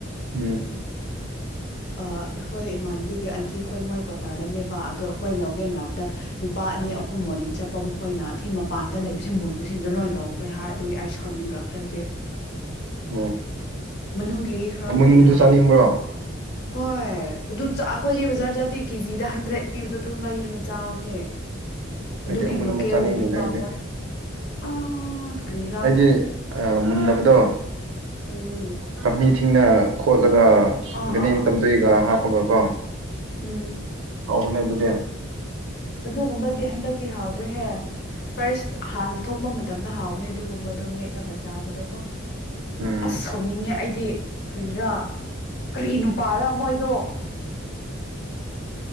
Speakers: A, on the right; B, on the left.
A: ꯎꯝ
B: ꯑꯩꯈꯣꯏ ꯏꯃꯥꯟꯅꯕꯤꯒꯤ ꯑꯟꯇꯤ ꯑꯩꯈꯣꯏ ꯃꯣꯏ ꯀ꯭ꯋꯥꯇꯥꯔꯗꯅꯦꯕ ꯑꯗꯣ ꯑꯩꯈꯣꯏ ꯂꯧꯒꯦꯅ ꯂꯥꯛꯄꯗ ꯅꯨꯄꯥ ꯑꯅꯤ ꯑꯍꯨꯝ ꯃꯣꯔꯅꯤꯡ ꯆꯠꯄ ꯃꯈꯣꯏꯅ ꯑꯊꯤ ꯃꯄꯥꯟꯗ ꯂꯩꯕꯕꯁꯤ ꯃꯨꯟꯕꯁꯤꯡꯗꯨꯣ ꯂꯣꯏ ꯂꯧꯈ꯭ꯔꯦ ꯍꯥꯏ ꯑꯗꯨꯒꯤ ꯑꯩ ꯁꯥꯎꯅꯤꯡꯈ꯭ꯔ꯭ꯔꯦ ꯐ꯭ꯔꯖꯦ
A: <inaudible>
B: ꯃꯅꯨꯡꯒꯤꯗꯤ ꯈꯔ
A: ꯑꯃꯨꯟꯕꯗꯨ
B: ꯂꯩ ꯍꯥꯏꯌꯦ
A: ꯆꯥꯅꯤꯡꯕ꯭ꯔꯣ
B: ꯍꯣꯏ ꯑꯗꯨ ꯑꯩꯈꯣꯏꯗꯤ
A: ꯑꯩꯗꯤ
B: ꯕꯖꯥꯔ ꯆꯗꯤ ꯀꯦꯖꯤꯗ ꯍꯟꯗ꯭ꯔꯦꯠ ꯄꯤꯕꯗꯣ ꯑꯗꯨꯝ ꯂꯩꯔꯒ ꯆꯥꯕꯅꯦ ꯑꯗꯨꯒꯤ
A: ꯑꯩꯗꯤ ꯑꯃꯨꯟꯕ
B: ꯂꯣꯀꯦꯜꯒꯤꯅꯦ
A: ꯆꯥꯅꯤꯡꯗꯦꯗ
B: ꯕ
A: ꯑꯩꯗꯤ
B: ꯃꯣꯏ ꯑ ꯀ꯭ꯔꯤꯔꯥ
A: ꯑꯩꯗꯤ ꯃꯨꯟꯗꯕꯗꯣ
B: ꯎꯝ
A: ꯄꯥꯝꯕꯤ ꯊꯤꯡꯅ ꯈꯣꯠꯂꯒ
B: ꯑꯥ
A: ꯒꯅꯦꯡ
B: ꯑꯥ ꯑꯥ
A: ꯇꯝꯗꯩꯒ ꯍꯥꯞꯄꯒ ꯀꯣ
B: ꯎꯝ
A: ꯍꯥꯎꯕꯅꯦ ꯑꯗꯨꯗꯤ
B: ꯑꯗꯨꯒꯨꯝꯕꯗꯤ ꯍꯟꯗꯛꯇꯤ ꯍꯥꯎꯗ꯭ꯔꯦꯍꯦ ꯐꯥꯔꯁ ꯍꯥꯟꯅ ꯊꯣꯛꯄ ꯃꯇꯝꯗ ꯍꯥꯎꯕꯅꯦ ꯑꯗꯨꯒꯨꯝꯕꯗꯣ ꯃꯦꯠꯂꯒ ꯆꯥꯕꯗꯣꯀꯣ
A: ꯎꯝ
B: ꯑꯁ ꯁꯧꯅꯤꯡꯉꯦ ꯑꯩꯗꯤ ꯀꯔꯤꯔꯥ ꯀꯔꯤ ꯅꯨꯄꯥꯔ ꯃꯣꯏꯗꯣ